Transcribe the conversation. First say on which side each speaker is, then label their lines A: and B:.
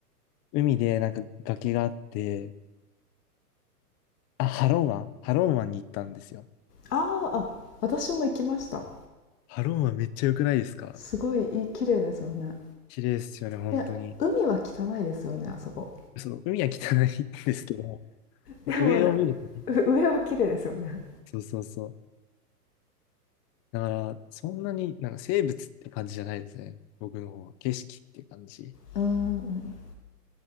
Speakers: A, on the left (about 30°); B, on the left (about 75°).
A: 海でなんか崖があって、あ、ハロン湾ハロン湾に行ったんですよ。
B: あーあ私も行きました
A: ハロン湾めっちゃ良くないですか
B: すごいいい綺麗ですよね
A: 綺麗ですよね、本当に。
B: で海は汚いですよねあそこ
A: その海は汚いんですけど、
B: でもね
A: 上を見るとね。
B: 上は綺麗ですよね
A: そうそうそう。だから、そんなになんか生物って感じじゃないですね。僕の方は。景色って感じ。
B: うんうん